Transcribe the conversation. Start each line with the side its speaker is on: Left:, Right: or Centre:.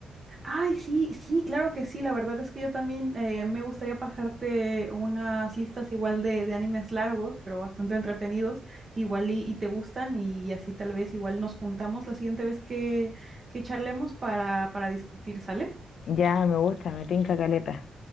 Right: Ay, sí, sí, claro que sí. La verdad es que yo también eh, me gustaría pasarte unas listas igual de, de animes largos, pero bastante entretenidos, que igual y, y te gustan y así tal vez igual nos juntamos la siguiente vez que, que charlemos para, para discutir, ¿sale?
Left: Ya, me gusta, me tinca caleta.